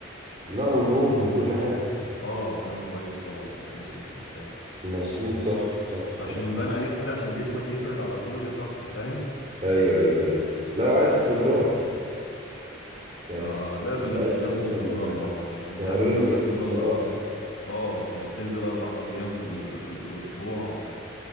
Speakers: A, on the right (about 30°); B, on the left (about 80°).
A: لا ونوم
B: و...
A: وكل حاجة
B: اه تنام كويس طبعا جسمك يرتاح
A: مظبوط صح صح
B: عشان
A: صح
B: يبان عليك كده عشان جسمك يفرد على طول يا صاحبي فاهم
A: ايوه ايوه ايوه لو عايز استمرار يعني
B: آه لازم
A: مش
B: التزام
A: عايز مثلا
B: واستمرار طبعا يعني تعمل
A: شهرين
B: لنفسك
A: وتقول
B: نظام
A: لي خلاص
B: بقى اه يعني بتنزل اربع ايام في ال... في الاسبوع